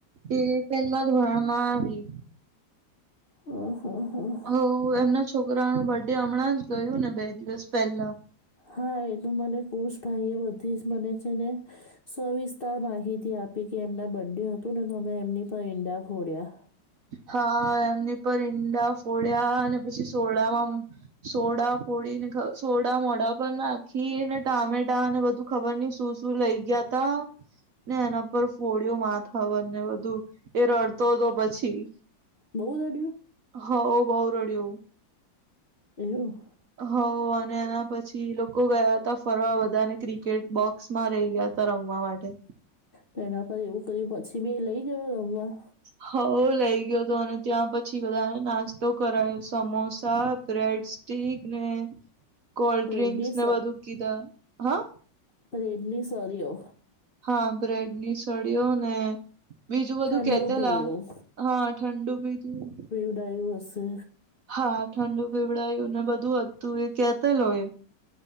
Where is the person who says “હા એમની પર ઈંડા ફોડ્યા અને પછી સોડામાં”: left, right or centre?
Right